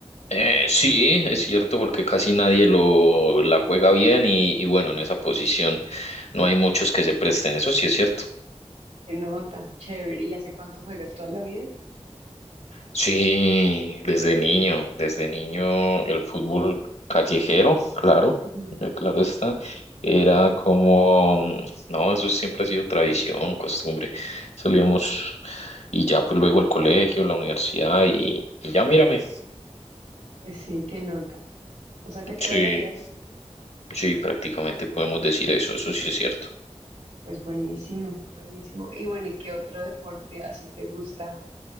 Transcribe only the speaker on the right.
Qué nota, chévere. ¿Y hace cuánto juegas? ¿Toda la vida?
ujú.
<laughs>
Pues sí, qué nota. O sea que toda
la vida jugás.
Pues buenísimo, buenísimo. Y bueno, ¿y qué otro deporte así te gusta?